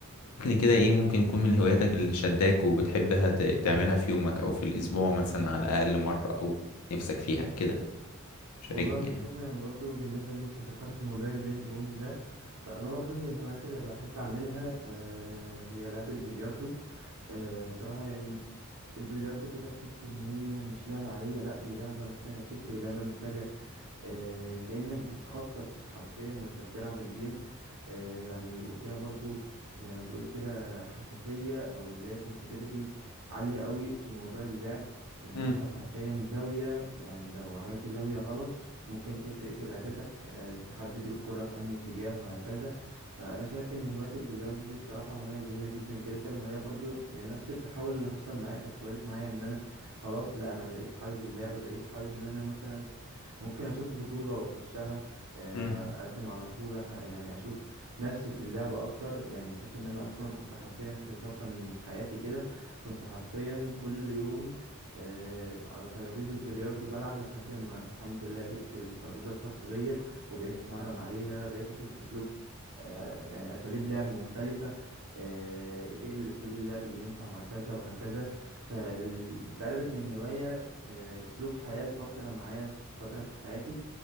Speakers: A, on the left (about 75°); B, on the right (about 70°).
A: كده إيه ممكن يكون من هواياتك اللي شداك وبتحبها ت... تعملها في يومك أو في الأسبوع مثلا على الأقل مرة أو نفسك فيها كده شاركني
B: والله يا مصطفى
A: يعني
B: يعني برضو بالنسبة ان انت ذكرت موضوع البينج بونج ده فانا برضو من الهوايات اللي بحب اعملها آه، هي لعب البلياردو آه، بصراحة يعني البلياردو كده تحس ان هي مش لعبة عادية لا دي لعبة محتاجة فكر لعبة محتاجة آه، كأنك بتخطط حرفيا وانت بتلعب الجيم آه، يعني وفيها برضو زي ما تقول كده حساسية او اللي هي sensitivity عالية قوي في موضوع اللعب ان
A: مم.
B: انت حرفيا زاوية يعني لو عملت زاوية غلط ممكن تفرق في لعبتك آه، تحدد الكرة في أي اتجاه وهكذا فأنا شايف إن هواية البلياردو دي بصراحة هواية جميلة جدا جدا وهي برضو يعني نفس التحول اللي حصل معايا كانت حولت معايا إن أنا خلاص لا أنا بقيت حابب اللعبة بقيت حابب إن أنا مثلا ممكن اشوف بطولة واخشها آه،
A: مم.
B: اقدم على بطولة ح- يعني اشوف نفسي في اللعب اكتر يعني بحيث ان انا اصلا كنت حرفيا في فترة من حياتي كده كنت حرفيا كل يوم آه، على ترابيزة بلياردو بلعب لحد ما الحمد لله جبت الترابيزة الخاصة بيا وبقيت اتمرن عليها بقيت اشوف اسلوب آه، يعني اساليب لعب مختلفة آه، ايه الاسلوب اللعب اللي ينفع مع كذا وهكذا فاتقلبت من هواية كأسلوب حياة لفترة معايا فترة في حياتي